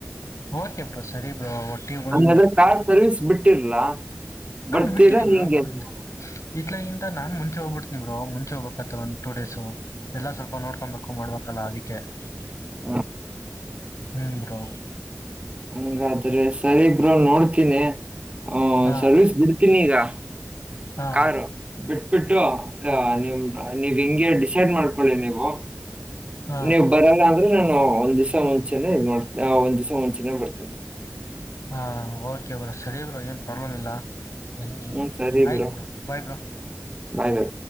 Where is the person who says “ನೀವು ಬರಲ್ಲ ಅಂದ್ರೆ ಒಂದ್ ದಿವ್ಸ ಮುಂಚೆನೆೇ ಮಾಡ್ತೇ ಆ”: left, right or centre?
Right